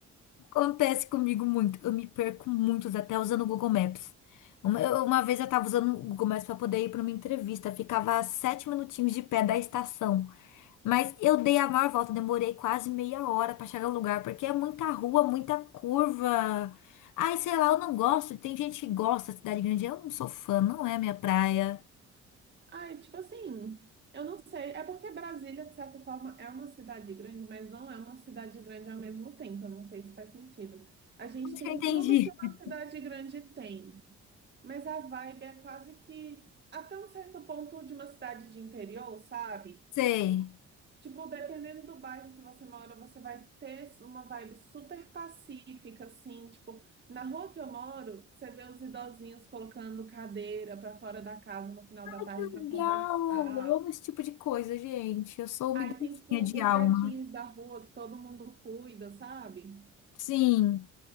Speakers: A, on the left (about 90°); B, on the right (about 35°).
A: Acontece comigo muito. Eu me perco muitos, até usando o Google Maps. Uma, eu- uma vez eu tava usando o Google Maps para poder ir para uma entrevista. Ficava a sete minutinhos de pé da estação. Mas eu dei a maior volta, demorei quase meia hora para chegar no lugar, porque é muita rua, muita curva. Ai, sei lá, eu não gosto. Tem gente que gosta da cidade grande. Eu não sou fã, não é minha praia.
B: Ai, tipo assim, eu não sei. É porque Brasília, de certa forma, é uma cidade grande, mas não é uma cidade grande ao mesmo tempo. Eu não sei se faz sentido. A gente
A: Acho
B: tem
A: que eu entendi.
B: tudo que uma cidade grande tem, mas a vibe é quase que até um certo ponto de uma cidade de interior, sabe?
A: Sei.
B: Tipo, dependendo do bairro que você mora, você vai ter uma vibe super pacífica, assim. Tipo, na rua que eu moro, você vê os idosinhos colocando cadeira pra fora da casa no final
A: Ai,
B: da tarde
A: que
B: pra
A: legal!
B: conversar.
A: Eu amo esse tipo de coisa, gente. Eu sou
B: Aí
A: uma dancinha
B: tem, tipo,
A: de
B: os
A: alma.
B: gatinhos da rua que todo mundo cuida, sabe?
A: Sim.